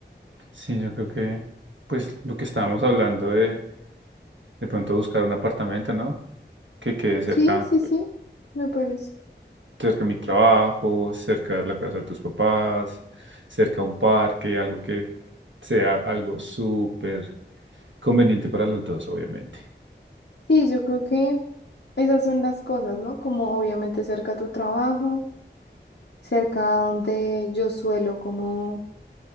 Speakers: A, on the right; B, on the left.
A: Sí, yo creo que pues lo que estábamos hablando de de pronto buscar un apartamento, ¿no? Que quede cerca.
B: Sí, sí, sí, me parece.
A: cerca de mi trabajo, cerca de la casa de tus papás, cerca a un parque, algo que sea algo súper conveniente para los dos, obviamente.
B: Sí, yo creo que esas son las cosas, ¿no? Como obviamente cerca a tu trabajo, cerca a donde yo suelo como